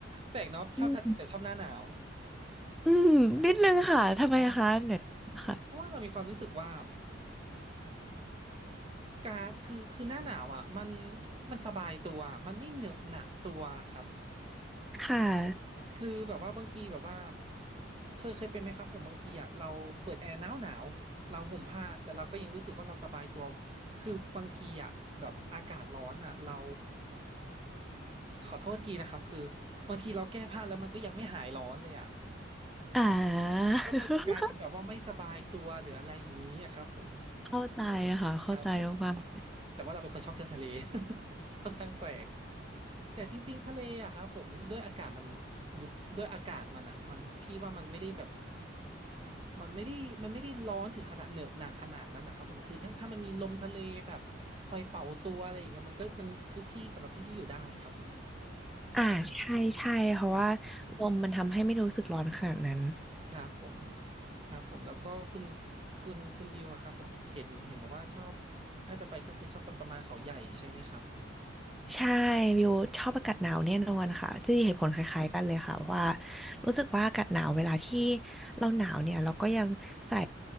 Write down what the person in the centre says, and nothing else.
อืมอืมนิดนึงค่ะทำไมคะเนี่ยค่ะ
ค่ะ
อ่า <laughs>
เข้าใจค่ะเข้าใจมากๆเลย
อ่าใช่ใช่เพราะว่า
ลมมันทำให้ไม่รู้สึกร้อนขนาดนั้น
ใช่วิวชอบอากาศหนาวแน่นอนค่ะจะเหตุผลคล้ายๆกันเลยค่ะว่า
รู้สึกว่าอากาศหนาวเวลาที่เราหนาวเนี่ยเราก็ยังใส่